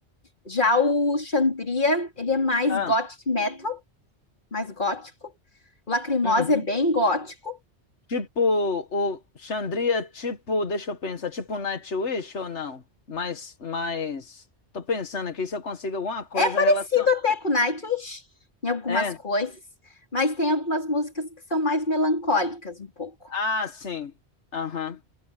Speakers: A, on the left; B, on the left.
A: Já o Xandria, ele é mais
B: Ah,
A: gothic metal, mais gótico. O Lacrimosa
B: uhum.
A: é bem gótico.
B: Tipo, o Xandria, tipo, deixa eu pensar, tipo Nightwish ou não? Mas, mas, tô pensando aqui se eu consigo alguma coisa
A: É parecido
B: relacionada.
A: até com Nightwish em algumas
B: É,
A: coisas, mas tem algumas músicas que são mais melancólicas um pouco.
B: ah, sim, aham,